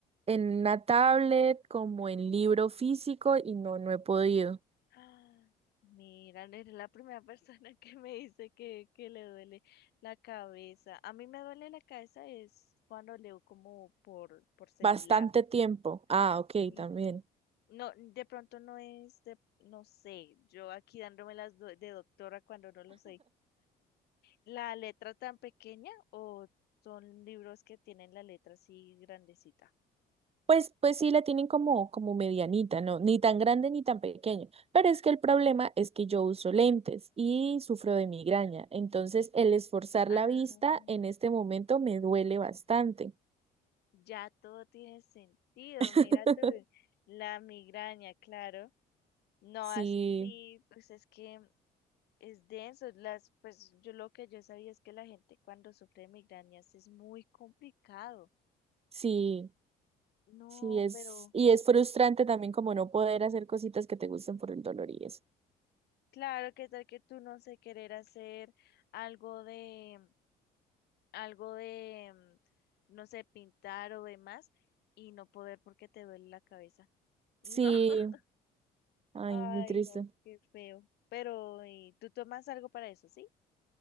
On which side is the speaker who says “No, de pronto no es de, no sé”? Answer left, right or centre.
Left